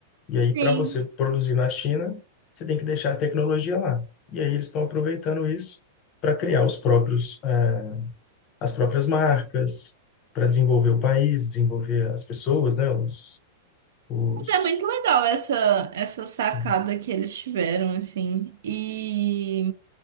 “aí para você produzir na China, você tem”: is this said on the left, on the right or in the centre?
Left